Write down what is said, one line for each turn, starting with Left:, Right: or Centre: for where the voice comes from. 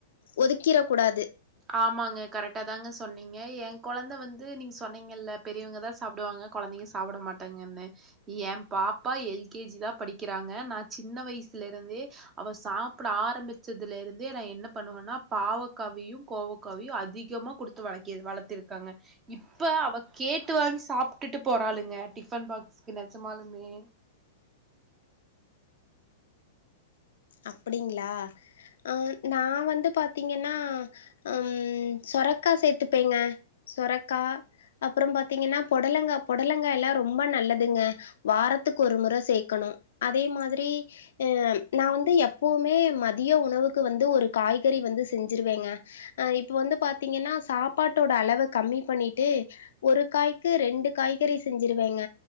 Left: ஒதுக்கிற கூடாது
Right: ஆமாங்க கரெக்டா தாங்க சொன்னீங்க ஏ கொழந்த வந்து நீங்க சொன்னீங்கல்ல பெரியவங்கதா சாப்டுவாங்க கொழந்தைங்க சாப்பிட மாட்டாங்கன்னு ஏ பாப்பா எல் கே ஜி தா படிக்கிறாங்க நா சின்ன வயசுல இருந்தே அவ சாப்பிட ஆரம்பிச்சதுல இருந்தே நா என்ன பண்ணுவன்னா பாவக்காவியும் கோவக்காவியு அதிகமா குடுத்து வளக்கி வளத்திருக்கங்க இப்ப அவ கேட்டு வாங்கி சாப்ட்டுட்டு போறாளுங்க டிஃபன் பாக்ஸ்க்கு நெஜமாலுமே
Left: அப்டிங்களா அ நா வந்து பாத்தீங்கன்னா ம் சொரக்கா சேத் துப்பேங்க சொரக்கா அப்பறோ பாத்தீங்கன்னா பொடலங்கா பொடல லங்கா எல்லா ரொம்ப நல்லதுங்க வாரத்துக்கு ஒரு முற சேக்கணும் அதே மாதிரி ஆ நா வந்து எப்பவுமே மதிய உணவுக்கு வந்து ஒரு காய்கறி வந்து செஞ்சுருவேங்க அ இப்ப வந்து பாத்தீங்கன்னா சாப்பாட்டோட அளவ கம்மி பண்ணிட்டு ஒரு காய்க்கு ரெண்டு காய்கறி செஞ்சுருவேங்க